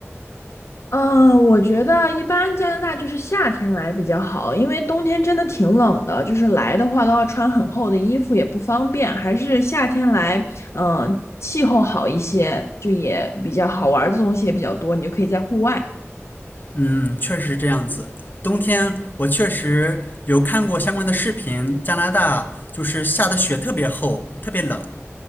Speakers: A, on the left; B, on the left.
A: 嗯，我觉得一般加拿大就是夏天来比较好，因为冬天真的挺冷的，就是来的话都要穿很厚的衣服，也不方便，还是夏天来，嗯，气候好一些，就也比较好玩儿的东西也比较多，你就可以在户外。
B: 嗯，确实是这样子。冬天我确实有看过相关的视频，加拿大就是下的雪特别厚，特别冷。